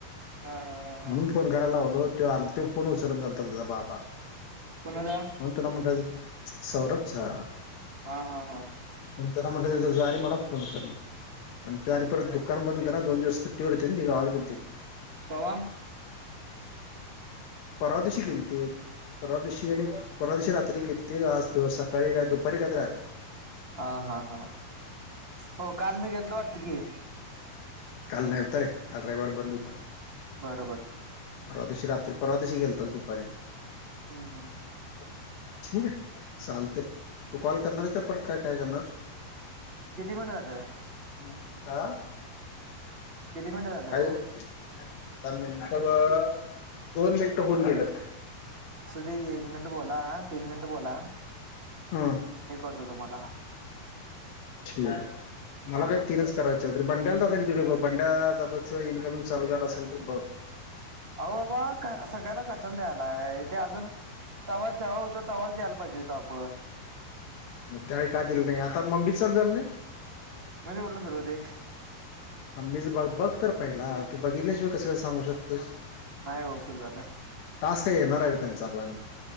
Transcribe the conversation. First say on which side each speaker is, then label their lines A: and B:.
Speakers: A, on the right (about 20°); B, on the left (about 85°).
A: हा हा
B: म्हणून
A: हा
B: फोन करायला लावलो ते आल त्यो फोन उचलन नलता त्याचा बाबा.
A: कुणाचा
B: म्हणून तुला <unintelligible> सौरभ चा.
A: हा हा हा.
B: मंग त्याला म्हटलं डायरेक्ट मला फोन करणार. आणि तो आणि परत दुकान बंद होतं ना दोन दिवस सुट्टीवर होते ना ते गावाला गेलते.
A: कवा
B: परवा दिवशी गेलते परवा दिवशी आणि परवा दिवशी रात्री गेलेते तर आज तो सक काळी काय दुपारी काहीतरी दुपारी आले.
A: हा हा हा हो काल मी गेलतो वरती की.
B: काल नव्हतं रे काल रविवार बंद होतं.
A: बरोबर.
B: परवा दिवशी रात्री परवा दिवशी गेलता दुपारी.
A: हम्म हम्म.
B: <unintelligible> ठेवू काय चालते तू कॉल करणार आहे का परत का काय करणार?
A: किती महिने झालं?
B: अंकिता
A: किती मिनिटं झालं
B: काय आता मिनिटं बघ दोन मिनिट होऊन गेलेत
A: असुदे की एक मिंट बोला तीन मिंट बोला मी
B: हम्म
A: करतो तुम्हाला
B: ठीक हाय मला
A: हा
B: काय
A: हा
B: तीनच करायच तरी बंड्याला दादा दिलोय बघ बड्या दादाचं इनकमिंग चालू झालं असेल तर बघ
A: अवो बाबा सगळ्याला कशाला द्यायला ते अजून तवा जेव्हा होत तवाचं द्यायला पाहिजे होतो आपण
B: म त्यावेळी काय दिलं नाही आता मम्मीच चालू झालं नाही
A: माझ्यावरणच राहू दे
B: मम्मीच बघ बघ तर पहिला तू बघितल्याशिवाय कसं काय सांगू शकतोयस
A: नाही वसूल झालं
B: टास्क का येणार आहे रे त्यांचा पण